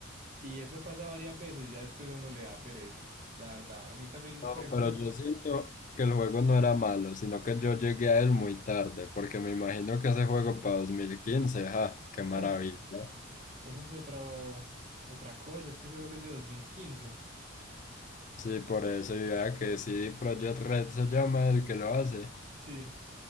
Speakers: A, on the right; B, on the left.
A: y eso pasa varias veces, ya después a uno le da pereza. La verdad, a mí también,
B: No,
A: por ejemplo,
B: pero yo
A: con-
B: siento que el juego no era malo, sino que yo llegué a él muy tarde, porque me imagino que ese juego para 2015 ja, qué maravilla.
A: Uf, esa es otra, otra cosa, es que ese juego es de dos mil quince
B: Sí, por eso, ya que sí, Project Red se llama el que lo hace.
A: Sí.